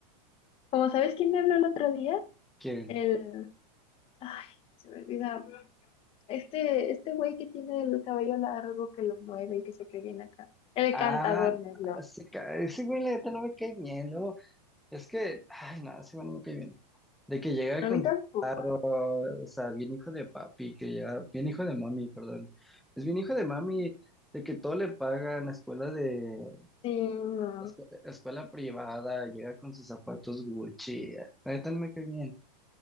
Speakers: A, on the left (about 25°); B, in the centre.
A: Como sabes quién me habló el otro día,
B: ¿Quién?
A: el... Ay, se me olvida. Este, este güey que tiene el cabello largo que lo mueve y que se cree bien acá. El
B: Ah,
A: cantador me habló.
B: ese, ca- ese güey, la neta no me cae bien. Luego, es que, ay, no, ese güey no me cae bien. De que llega
A: A
B: con,
A: mí tampoco.
B: o sea, bien hijo de papi, que llega, bien hijo de mami, perdón. Es bien hijo de mami, de que todo le pagan, escuela de,
A: Sí, no.
B: escu- escuela privada, llega con sus zapatos Gucci. ah, La neta no me cae bien.